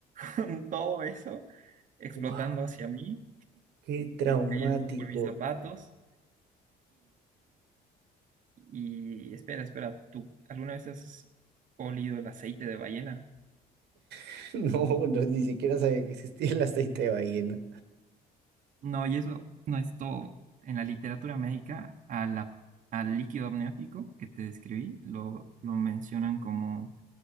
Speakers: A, on the right; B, on the right.
A: con todo eso explotando
B: Wow,
A: hacia mí,
B: qué traumático.
A: cayendo por mis zapatos, Y espera, espera, ¿tú alguna vez has olido el aceite de ballena?
B: <laughs> No, no, ni siquiera sabía que existía el aceite de ballena.
A: No, y eso no es todo. En la literatura médica, a la- al líquido amniótico que te describí, lo, lo mencionan como